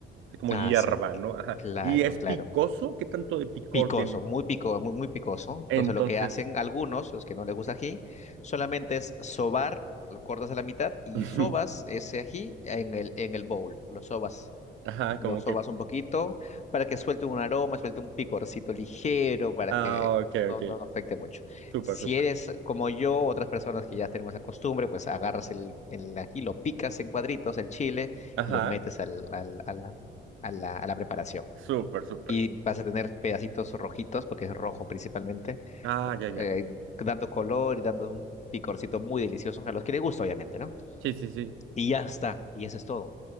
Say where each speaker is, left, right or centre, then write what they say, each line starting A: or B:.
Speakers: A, on the right (about 80°); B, on the left (about 35°).
A: es como
B: Ah,
A: hierba,
B: sí,
A: ¿no? Ajá.
B: claro,
A: ¿Y es
B: claro.
A: picoso? ¿Qué tanto de picor
B: Picoso,
A: tiene?
B: muy pico, muy, muy picoso.
A: Entonces,
B: Entonces lo que hacen algunos, los que no les gusta ají, solamente es sobar, lo cortas a la mitad y
A: <laughs>
B: sobas ese ají en el, en el bowl, lo sobas
A: ajá,
B: Lo
A: como
B: sobas
A: que,
B: un poquito para que suelte un aroma, suelte un picorcito ligero, para
A: ah,
B: que
A: ok,
B: no,
A: ok,
B: no, no afecte mucho.
A: súper,
B: Si
A: súper,
B: eres como yo, otras personas que ya tenemos esa costumbre, pues agarras el, el ají, lo picas en cuadritos, el chile,
A: ajá,
B: y lo metes al, al- a la, a la, a la preparación.
A: súper, súper,
B: Y vas a tener pedacitos rojitos, porque es rojo principalmente,
A: ah, ya, ya,
B: eh, dando color y dando un picorcito muy delicioso, a los que les gusta, obviamente, ¿no?
A: sí, sí, sí,
B: Y ya está, y eso es todo.